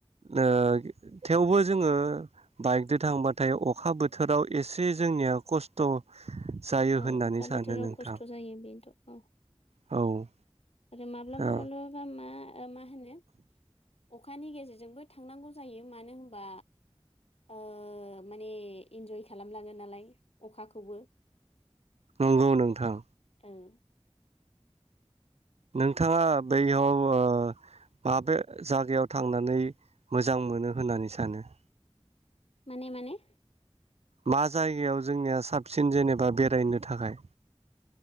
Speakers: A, on the right (about 75°); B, on the left (about 65°).
A: ओ थेवबो जोङो बाइकजों थांबा थाय अखा बो थोराव एसे जोंनिया खस्थ जायो
B: औ
A: होननानै
B: अखा
A: सानो
B: बोथोराव
A: नोंथां
B: खस्थ' जायो बेथ' औ
A: औ
B: आरो माब्लाबा
A: ओ
B: माब्लाबा मा ओ मा होनो अखानि गेजेरजोंबो थांनांगौ जायो मानो होनबा ओ माने इन्जय खालामलाङो नालाय अखाखौबो
A: नंगौ नोंथां
B: ओं
A: नोंथाङा बैयाव ओ माबे जायगायाव थांनानै मोजां मोनो होननानै सानो
B: माने माने
A: मा जायगायाव जोंनिया साबसिन जेनेबा बेरायनो थाखाय